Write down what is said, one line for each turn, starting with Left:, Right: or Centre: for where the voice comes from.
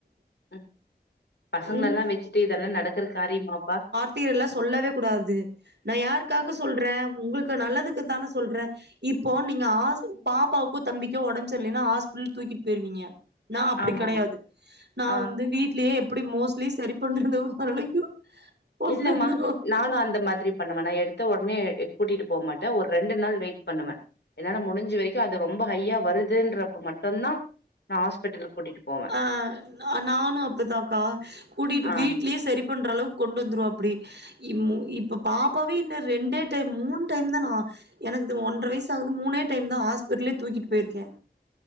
Left: ம் பசங்களல்லா
Right: ம்
Left: வச்சுட்டு இதெல்லா நடக்குற காரியமாப்பா
Right: கத்தியெல்லா சொல்லவே கூடாது நா யாருக்காக சொல்றே உங்களுக்கு நல்லதுக்கு தான சொல்றே இப்போ நீங்க ஹாஸ் பாப்பாவுக்கு தம்பிக்கோ உடம்பு சரி இல்லைன்னா ஹாஸ்பிட்டல் தூக்கிட்டு போய்ருவீங்க நா அப்டி
Left: ஆமா
Right: கிடையாது நா
Left: ஆ
Right: வந்து வீட்லயே எப்டி மோஸ்ட்லி சரி பண்றது வரைக்கு கொண்டு
Left: இல்லம்மா
Right: வந்துருவோ
Left: நானு அந்த மாதிரி பண்ணுமான நா எடுத்த உடனே கூட்டிட்டு போக மாட்டே ஒரு ரெண்டு நாள் வெயிட் பண்ணுவே என்னால முடிஞ்ச வரைக்கு அது ரொம்ப ஹையா வருதுன்றப மட்டுந்தா நா ஹாஸ்பிட்டலுக்கு கூட்டிட்டு போவே
Right: ஆ நானு அப்டிதான்க்கா கூட்டிகிட்டு
Left: ஆ
Right: வீட்லயே செரி பண்ற அளவுக்கு கொண்டு வந்துருவ அப்டி இப்போ பாப்பாவே இன்னு ரெண்டே டைம் மூணு டைம் தா நா எனக்குது ஒன்ற வயசு ஆகுது மூணே டைம் தா ஹாஸ்பிடலே தூக்கிட்டு போய்ருக்கே